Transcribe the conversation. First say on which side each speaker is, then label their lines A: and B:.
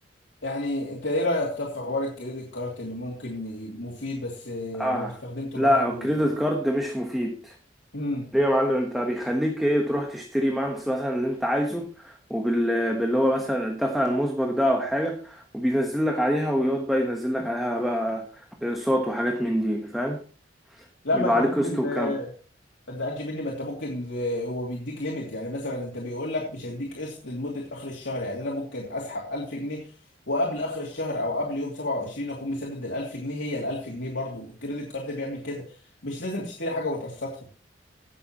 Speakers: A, on the left (about 80°); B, in the centre.
A: يعني انت ايه رايك طب في حوار الكريدت كارت اللي ممكن ي- مفيد بس آه،
B: اه
A: لو استخدمته
B: لا
A: بعقله
B: الكريدت
A: ولو
B: كارد مش مفيد
A: امم
B: ليه يا معلم انت بيخليك ايه تروح تشتري مانس مثلا اللي انت عايزه وبال باللي هو مثلا الدفع المسبق ده او حاجه وبينزل لك عليها ويقعد بقى ينزل لك عليها بقى اقساط وحاجات من دي فاهم
A: لا
B: يبقى
A: ما انت
B: عليك
A: ممكن
B: قسط وكام
A: ما تزعلش مني ما انت ممكن آه، هو بيديك ليميت يعني مثلا انت بيقول لك مش هيديك قسط لمده اخر الشهر يعني انا ممكن اسحب 1000 جنيه وقبل اخر الشهر او قبل يوم 27 اكون مسدد ال 1000 جنيه هي ال 1000 جنيه برضو الكريدت كارد بيعمل كده مش لازم تشتري حاجه وتقسطها